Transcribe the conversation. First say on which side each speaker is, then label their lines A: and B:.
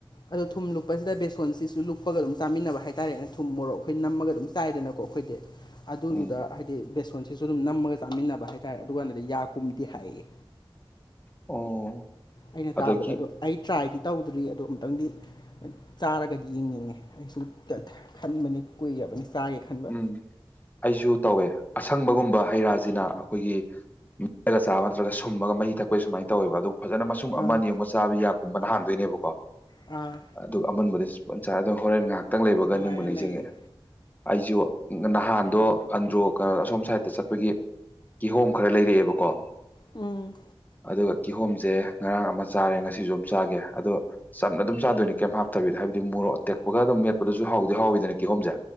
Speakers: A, on the left; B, on the left.
A: ꯑꯗꯨ ꯊꯨꯝ ꯂꯨꯞꯄꯁꯤꯗ ꯕꯦꯁꯣꯟꯁꯤꯁꯨ ꯂꯨꯞꯄꯒ ꯑꯗꯨꯝ ꯆꯥꯃꯤꯟꯅꯕ ꯍꯥꯏꯇꯥꯥꯔꯦꯅꯦ ꯊꯨꯝ ꯃꯣꯔꯣꯛ ꯑꯩꯈꯣꯏ ꯅꯝꯃꯒ ꯑꯗꯨꯝ ꯆꯥꯏꯗꯅꯀꯣ ꯑꯩꯈꯣꯏꯗꯤ ꯑꯗꯨꯗꯨꯗ
B: ꯎꯝ
A: ꯍꯥꯏꯗꯤ ꯍꯥꯏꯗꯤ ꯕꯦꯁꯣꯟꯁꯤꯁꯨ ꯑꯗꯨꯝ ꯅꯝꯃꯒ ꯆꯥꯃꯤꯟꯅꯕ ꯍꯥꯏꯇꯥꯔꯦ ꯑꯗꯨ ꯀꯥꯟꯗꯗꯤ ꯌꯥ ꯀꯨꯝꯗꯤ ꯍꯥꯏꯌꯦ
B: ꯑꯣ
A: ꯑꯩꯅ
B: ꯑꯗꯒꯤ
A: ꯇꯥꯕꯗ ꯑꯗꯣ ꯑꯩ ꯇ꯭ꯔꯥꯏꯗꯤ ꯇꯧꯗ꯭ꯔꯤ ꯑꯗ ꯑꯃꯨꯛꯇꯪꯗꯤ ꯆꯥꯔꯒꯗꯤ ꯌꯦꯡꯅꯤꯡꯉꯦ ꯑꯩꯁꯨ ꯈꯟꯕꯅꯤ ꯀꯨꯏꯕꯅꯤ ꯆꯥꯒꯦ ꯈꯟꯕ
B: ꯎꯝ ꯑꯩꯁꯨ ꯇꯧꯋꯦ ꯑꯁꯪꯕꯒꯨꯝꯕ ꯍꯩ ꯔꯥꯖꯤꯅ ꯑꯩꯈꯣꯏꯒꯤ ꯃꯒ ꯆꯥꯕ ꯅꯠꯇ꯭ꯔꯒ ꯁꯨꯝꯃꯒ ꯃꯍꯤ ꯊꯛꯄꯩꯒꯤ ꯁꯨꯃꯥꯏꯅ ꯇꯧꯋꯦꯕ ꯑꯗꯨ ꯐꯖꯅ ꯃꯁꯨꯡ
A: ꯑꯥ
B: ꯑꯃ ꯌꯦꯡ ꯆꯥꯕꯤ ꯌꯥ ꯀꯨꯝꯕꯅ ꯍꯍꯥꯟꯗꯣꯏꯅꯦꯕꯀꯣ
A: ꯑꯥ
B: ꯑꯗꯨꯒ ꯑꯃꯨꯟꯕꯒ ꯆꯥꯔꯦ ꯑꯗꯨ ꯍꯣꯔꯦꯟ ꯉꯥꯏꯍꯥꯛꯇꯪ ꯂꯩꯕꯒ
A: ꯑꯗꯨꯃꯥꯏꯅ
B: ꯅꯤꯡꯕꯨ ꯅꯤꯡꯁꯤꯡꯉꯦ
A: ꯂꯩ
B: ꯑꯩꯁꯨ ꯅꯍꯥꯟꯗꯣ ꯑꯟꯗ꯭ꯔꯣꯒ ꯀꯩꯅꯣ ꯑꯁꯣꯝ ꯁꯥꯏꯗꯠꯇ ꯆꯠꯄꯒꯤ ꯀꯤꯍꯣꯝ ꯈꯔ ꯂꯩꯔꯛꯑꯦꯕꯀꯣ
A: ꯎꯝ
B: ꯑꯗꯨꯒ ꯀꯤꯍꯣꯝꯁꯦ ꯉꯔꯥꯡ ꯑꯃ ꯆꯥꯔꯦ ꯉꯁꯤꯁꯨ ꯑꯃ ꯆꯥꯒꯦ ꯑꯗꯣ ꯆꯝꯅ ꯑꯗꯨꯝ ꯆꯥꯗꯣꯏꯅꯤ ꯀꯩꯝ ꯍꯥꯞꯇꯕꯤꯗ ꯍꯥꯏꯕꯗꯤ ꯃꯣꯔꯣꯛ ꯇꯦꯛꯄꯒ ꯑꯗꯨꯝ ꯃꯦꯠꯄꯗꯨꯁꯨ ꯍꯥꯎꯗꯤ ꯍꯥꯎꯋꯗꯅ ꯀꯤꯍꯣꯝꯁꯦ